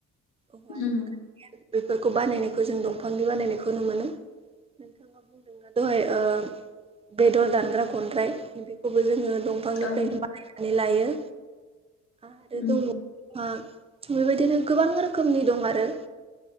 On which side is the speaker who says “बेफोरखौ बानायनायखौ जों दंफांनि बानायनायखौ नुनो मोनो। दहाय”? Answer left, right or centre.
Right